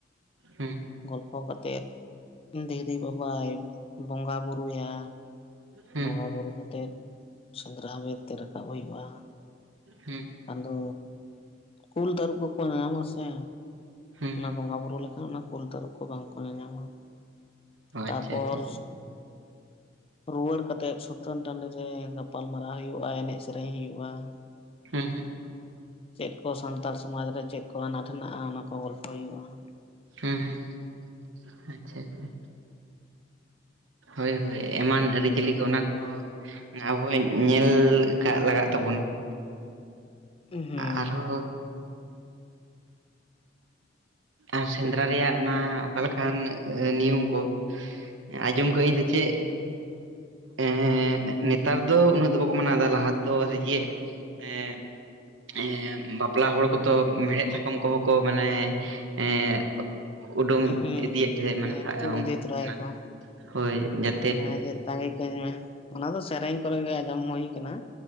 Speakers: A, on the right; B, on the left.
A: ᱦᱩᱸ
B: ᱜᱚᱞ ᱯᱷᱚ ᱠᱟᱛᱮᱫ ᱫᱷᱤᱨᱤ ᱵᱟᱵᱟᱭ ᱵᱚᱸᱜᱟ ᱵᱩᱨᱩᱭᱟ,
A: ᱦᱩᱸ
B: ᱵᱚᱸᱜᱟ ᱵᱩᱨᱩ ᱠᱟᱛᱮᱫ ᱥᱮᱸᱫᱽᱨᱟ ᱵᱮᱨ ᱛᱮ ᱨᱟᱠᱟᱵ ᱦᱩᱭᱩᱜ-ᱟ,
A: ᱦᱩᱸ
B: ᱟᱫᱚ ᱠᱩᱞ ᱛᱟᱨᱩᱯ ᱠᱚᱠᱚ ᱧᱟᱢᱚᱜ-ᱟ ᱥᱮ
A: ᱦᱩᱸ
B: ᱚᱱᱟ
A: ᱦᱩᱸ
B: ᱵᱚᱸᱜᱟ ᱵᱩᱨᱩ ᱞᱮᱠᱷᱟᱱ ᱚᱱᱟ ᱠᱩᱞ ᱛᱟᱨᱩᱵ ᱠᱚ ᱵᱟᱝᱠᱚ ᱧᱟᱧᱟᱢᱟ ᱾
A: ᱚ
B: ᱛᱟᱯᱚᱨ
A: ᱟᱪᱪᱷᱟ ᱟᱪᱪᱷᱟ ᱟᱪᱪᱷᱟ
B: ᱨᱩᱣᱟᱹᱲ ᱠᱟᱛᱮᱜ ᱥᱩᱛᱟᱹᱱ ᱴᱟᱸᱰᱤ ᱨᱮ ᱜᱟᱯᱟᱞ ᱢᱟᱨᱟᱣ ᱦᱩᱭᱩᱜ-ᱟ ᱮᱱᱮᱡ ᱥᱮᱨᱮᱧ ᱦᱩᱭᱩᱜ-ᱟ ᱾
A: ᱦᱩᱸ ᱦᱩᱸ ᱾
B: ᱪᱮᱫ ᱠᱚ ᱥᱟᱱᱛᱟᱲ ᱥᱚᱢᱟᱡᱽ ᱨᱮ ᱪᱮᱫ ᱠᱚ ᱟᱱᱟᱴ ᱦᱮᱱᱟᱜ-ᱟ ᱚᱱᱟ ᱠᱚ ᱜᱚᱞᱯᱷᱚ ᱦᱩᱭᱩᱜ-ᱟ ᱾
A: ᱦᱩᱸ ᱦᱩᱸ ᱟᱪᱪᱷᱟ ᱟᱪᱪᱷᱟ ᱦᱳᱭ ᱦᱳᱭ ᱾ ᱮᱢᱟᱱ ᱟᱹᱨᱤᱪᱟᱹᱞᱤ ᱠᱚ ᱚᱱᱟ ᱠᱚᱦᱚᱸ ᱟᱵᱚ ᱦᱚᱸ ᱧᱮᱻᱞ ᱠᱟᱜ ᱞᱟᱜᱟᱜ ᱛᱟᱵᱚᱱᱟ ᱾
B: ᱦᱩᱸ
A: ᱟᱨᱦᱚᱸ ᱟᱨ ᱥᱮᱸᱫᱽᱨᱟ ᱨᱮᱭᱟᱜ ᱚᱱᱟ ᱚᱠᱟ ᱞᱮᱠᱟᱱ ᱱᱤᱭᱚᱢ ᱠᱚ ᱟᱸᱡᱚᱢ ᱠᱟᱹᱜ ᱟᱹᱧ ᱥᱮ ᱪᱮᱫ ᱮᱻ ᱱᱮᱛᱟᱨ ᱫᱚ ᱩᱱᱟᱹᱜ ᱫᱚ ᱵᱟᱠᱚ ᱢᱟᱱᱟᱣᱫᱟ ᱞᱟᱦᱟ ᱛᱮᱫᱚ ᱥᱮᱡᱮᱜ ᱮᱜᱻ ᱮ ᱵᱟᱯᱞᱟ ᱦᱚᱲ ᱠᱚᱫᱚ ᱢᱮᱲᱦᱮᱫ ᱥᱟᱠᱚᱢ ᱠᱚᱦᱚᱸ ᱠᱚ ᱢᱟᱱᱮ ᱮᱜ ᱩᱰᱩᱝ
B: ᱦᱩᱸ
A: ᱤᱫᱤᱭᱮᱫ ᱛᱟᱦᱮᱸᱜ ᱢᱟᱱᱮ
B: ᱦᱮᱸ
A: <unintelligible>
B: ᱛᱩᱫ ᱤᱫᱤ ᱛᱚᱨᱟᱭᱟᱠᱚ
A: ᱚᱱᱟ ᱦᱳᱭ ᱡᱟ
B: ᱦᱮᱸ ᱡᱮ ᱛᱟᱺᱜᱤ ᱠᱟᱧ ᱢᱮ, ᱚᱱᱟ ᱫᱚ ᱥᱮᱨᱮᱧ ᱠᱚᱨᱮ ᱜᱮ ᱟᱸᱡᱚᱢ ᱦᱩᱭ ᱠᱟᱱᱟ